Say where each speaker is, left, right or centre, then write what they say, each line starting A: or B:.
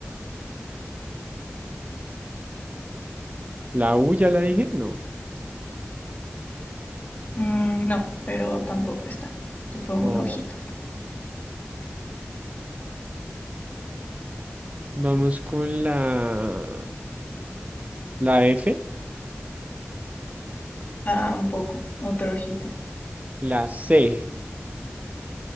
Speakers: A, on the right; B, on the left.
A: ¿La U ya la dije? No.
B: Mm, no, pero tampoco está. Te pongo
A: Oh,
B: un ojito.
A: Vamos con la... ¿La F?
B: Tampoco. Otro ojito.
A: La C,